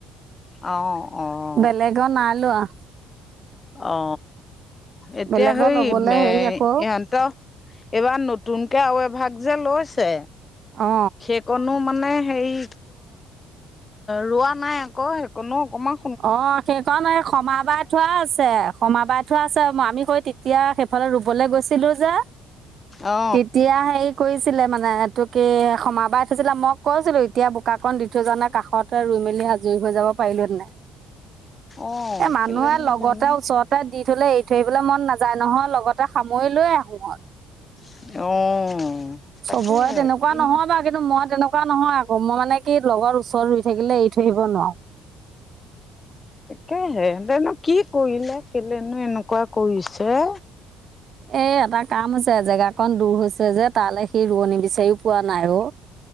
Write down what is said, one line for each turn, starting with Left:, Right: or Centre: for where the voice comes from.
Left: অ-অ
Right: বেলেগৰ নাই লোৱা৷
Left: অ এতিয়া
Right: বেলেগৰ
Left: সেই
Right: ল'বলৈ হেৰি আকৌ
Left: ইহঁতৰ এইবাৰ নতুনকে আৰু এভাগ যে লৈছে
Right: অ
Left: সেইকণো মানে হেৰি ৰোৱা নাই আকৌ সেইকণো অকণমান
Right: অ' সেইখন এই ক্ষা বাৰ থোৱা আছে৷ খমাবাই থোৱা আছে আমি কৈ তেতিয়া সেইফালে ৰুবলৈ গৈছিলো যে
Left: অ
Right: তেতিয়া এই কৰিছিলে মানে এইটো কি সমাবাই থৈছিলে মই কৈছিলো এতিয়া বোকাকণ দি থৈ যোৱা নাই কাষত ত ৰুই মেলি আজৰি হৈ যাব পাৰিলো তেনে৷
Left: অ
Right: এ মানুহে
Left: কেলেনো
Right: লগতে
Left: জানো
Right: ওচৰত তাত দি থলে এৰি থৈ আহিবলৈ মন নাযায় নহয় লগতে সামৰি লৈ আহোঁ মই৷
Left: অ তাকে
Right: চবৰে তেনেকুৱা
Left: কিনো
Right: নহয় বা কিন্তু মই তেনেকুৱা এনেকুৱা নহয় আকৌ মই মানে কি লগৰ ওচৰত ৰুই থাকিলে এৰি থৈ আহিব নোৱাৰো৷
Left: তাকেহে হেহঁতেনো কি কৰিলে, কেলেনো এনেকুৱা কৰিছে।
Right: এ, এটা কাম হৈছে জেগাাকন দূৰ হৈছে যে তালৈ সি ৰোৱনী বিচাৰিও পোৱা নাই অ।